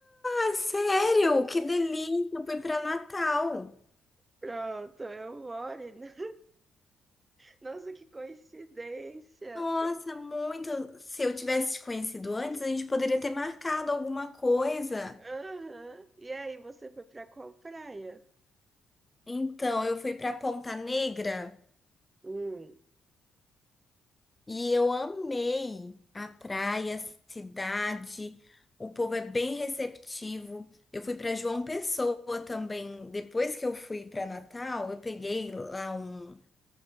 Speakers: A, on the left; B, on the right.
A: Ah, sério? Que delícia! Eu fui pra Natal.
B: Pronto, eu moro em <laughs> Natal. Nossa, que coincidência.
A: Nossa, muito. Se eu tivesse te conhecido antes, a gente poderia ter marcado alguma coisa.
B: Aham. E aí, você foi pra qual praia?
A: Então, eu fui pra Ponta Negra.
B: Hum.
A: E eu amei a praia, a cidade. O povo é bem receptivo. Eu fui para João Pessoa também. Depois que eu fui para Natal, eu peguei lá um,